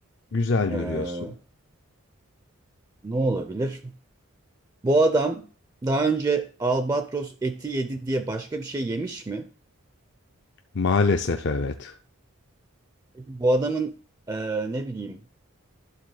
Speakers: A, on the left; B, on the right.
A: Güzel
B: Ee,
A: yürüyorsun.
B: ne olabilir? Bu adam daha önce albatros eti yedi diye başka bir şey yemiş mi?
A: Maalesef evet.
B: Peki bu adamın ee, ne bileyim